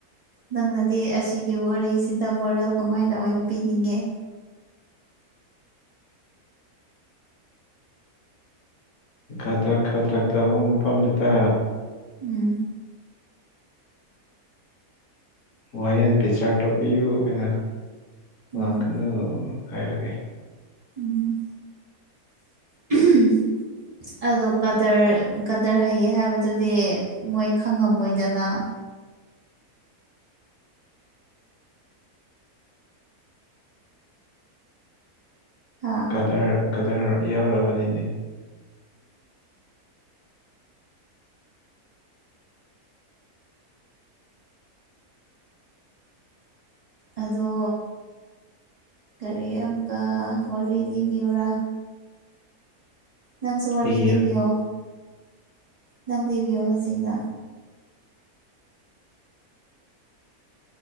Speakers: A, on the right (about 55°); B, on the left (about 60°).
A: ꯅꯪꯅꯗꯤ ꯑꯁꯤꯒꯤ ꯋꯥꯔꯤꯁꯤꯗ ꯃꯣꯔꯦꯜ ꯀꯃꯥꯏꯅ ꯑꯣꯏꯅ ꯄꯤꯅꯤꯡꯉꯦ꯫
B: ꯈꯗ꯭ꯔꯛ ꯈꯥꯗ꯭ꯔꯛ ꯇꯧꯕ ꯃꯐꯝꯗꯨꯗ
A: ꯎꯝ꯫
B: ꯋꯥꯌꯦꯟ ꯕꯤꯆꯥꯔ ꯇꯧꯕꯤꯌꯨ ꯍꯥꯏꯅ
A: ꯎꯝ
B: ꯂꯥꯛꯀꯅꯨ ꯍꯥꯏꯔꯒꯦ꯫
A: ꯎꯝ <unintelligible> ꯑꯗꯣ ꯀꯗꯔ ꯀꯗꯔ ꯍꯩꯌꯦ ꯍꯥꯏꯕꯗꯨꯗꯤ ꯃꯣꯏ ꯈꯪꯉꯝꯃꯣꯏꯗꯅ꯫ ꯍꯥꯥ꯫
B: ꯀꯗꯔ ꯀꯗꯔ ꯌꯥꯎꯔꯕꯅꯤꯅꯦ꯫
A: ꯑꯗꯣ ꯀꯔꯤ ꯑꯃꯨꯛꯀ ꯋꯥꯔꯤ ꯂꯤꯕꯤꯌꯨꯔꯥ꯫ ꯅꯪꯁꯨꯨ ꯋꯥꯔꯤ
B: ꯂꯤꯔ
A: ꯂꯤꯕꯤꯌꯣ ꯅꯪ ꯂꯤꯕꯤꯌꯣ ꯍꯧꯖꯤꯛꯅ